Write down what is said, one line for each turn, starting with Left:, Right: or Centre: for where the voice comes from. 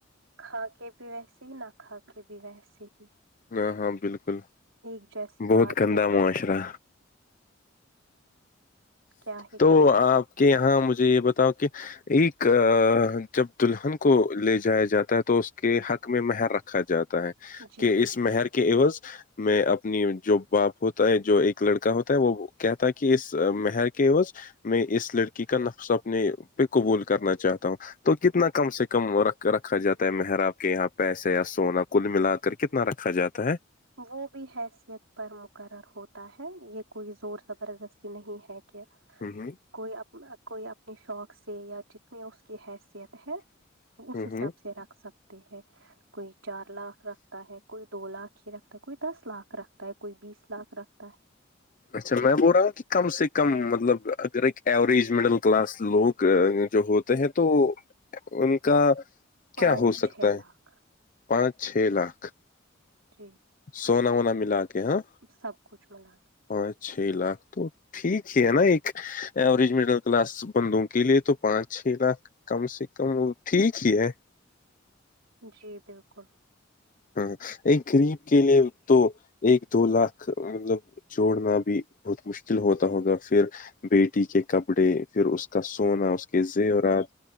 Right: کھا کے بھی ویسے ہی نہ کھا کے بھی ویسے ہی
Left: ہاں ہاں بالکل
Right: ایک جیسی
Left: بہت
Right: بات
Left: گندہ
Right: ہو گئی
Left: معاشرہ
Right: کیا ہی
Left: تو
Right: کر سک
Left: آ کہ یہاں مجھے یہ بتاؤ کہ ایک جب دلہن کو لے جایا جاتا ہے تو اس کے حق میں مہر رکھا جاتا ہے
Right: جی
Left: کہ اس مہر کے ایوض میں اپنی جو باپ ہوتا ہے جو ایک لڑکا ہوتا ہے وہ کہتا ہے کہ اس مہر کے ح میں اس لڑکی کا نفس اپنے پہ قبول کرنا چاہتا ہوں تو کتنا کم سے کمکھ رکھا جاتا ہے محر آاب کے یہاں پیسے یا سونا کل ملا کر کے کتنا رکھا جاتا ہے
Right: وہ بھی حیثیت پر مقرر ہوتا ہے یہ کوئی زور زبردستی نہیں ہے کہ
Left: ہ ہ
Right: کوئی کوئی اپنے شوق سے یا جتنی اس کی حیثیت ہے اس
Left: ہ
Right: حساب
Left: ہ
Right: سے رکھ سکتے ہیں کوئی چار لاکھ رکھتا ہے کوئی دو لاکھ ہی رکھ کوئی دس لاکھ رکھتا ہے کوئی بیس لاکھ رکھتا ہے
Left: اچھا میں بول رہا ہوں کہ کم سے کم مطلب اگر ایک ایوریج مڈل کلاس لوگ جو ہو ہیں تو ان کا کیا
Right: پانچ
Left: ہو سکتا
Right: چھ
Left: ہے
Right: لاکھ
Left: پانچ چھ لاکھ
Right: تٹ
Left: سونا وونا ملا کے ہاں
Right: سب کچھ ملا
Left: پانچ چھ لاکھ تو ٹھیک ہے ہے نا ایک ایوریج مڈل کلاس بندوں کے لیے تو پانچ چھ لاکھ کم سے کم وہ ٹھیک ہی ہے
Right: جی بالکل
Left: ہاں ایک گغریب کے لیے تو ایک دو لاکھ مطلب جوڑنا بھی بہت مشکل ہوتا ہوگا پھر بیٹی کے کپڑے پھر اس کا سونا اس کے زیورات